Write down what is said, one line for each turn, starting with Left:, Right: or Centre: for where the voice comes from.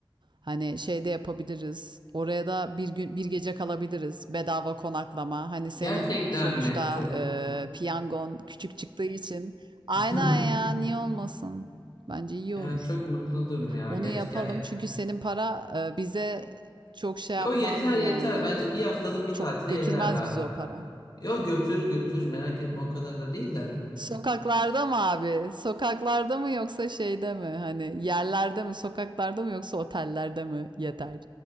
Right: Hani şey de yapabiliriz. Oraya da bir gün bir gece kalabiliriz. Bedava konaklama. Hani senin
Left: Gerçekten
Right: sonuçta
Left: mi? Çok
Right: e, piyangon küçük çıktığı için. Aynen
Left: <laughs>
Right: ya niye olmasın? Bence iyi
Left: ya
Right: olur.
Left: çok mutlu durum ya.
Right: Onu
Left: Gerçekten.
Right: yapalım. Çünkü senin para e, bize çok şey
Left: Yo
Right: yapmaz
Left: yeter yeter.
Right: yani.
Left: Bence bir haftalık bir
Right: Çok
Left: tatile
Right: götürmez
Left: yeter rahat.
Right: bizi o para.
Left: Yo götürür götürür merak etme o kadar da değil de.
Right: Sokaklarda mı abi? Sokaklarda mı yoksa şeyde mi? Hani yerlerde mi? Sokaklarda mı yoksa otellerde mi? Yeter.